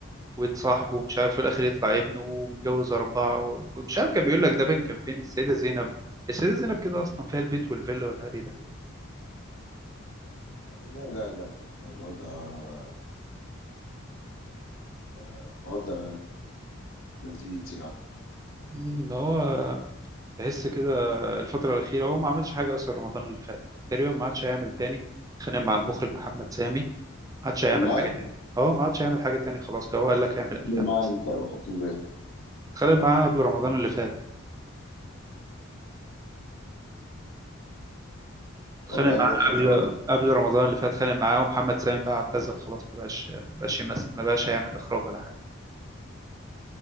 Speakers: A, on the right (about 15°); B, on the left (about 75°).
A: ويتصاحب ومش عارف في الاخر يطلع ابنه ومتجوز اربعه ومش عارف كان بيقول لك ده بين كان فين السيده زينب السيده زينب كده اصلا فيها البيت والفيلا والهري ده
B: لا لا لا لا الوضع آه، الوضع لذيذ يعني
A: مم، هو بحس كده الفترة الأخيرة هو ما عملش حاجة أصلا رمضان اللي فات تقريبا ما عادش هيعمل تاني اتخانق مع المخرج محمد سامي ما عادش هيعمل
B: والله
A: حاجة تاني اه ما عادش هيعمل حاجة تاني خلاص كده هو قال لك هيعمل أفلام
B: مع
A: بس
B: انت متكبر
A: اتخانق معاه قبل رمضان اللي فات اتخانق
B: والله
A: معاه
B: هو الخسران
A: قبل قبل رمضان اللي فات اتخانق معاه ومحمد سامي بقى اعتزل خلاص ما بقاش ما بقاش يمثل ما بقاش هيعمل إخراج ولا حاجة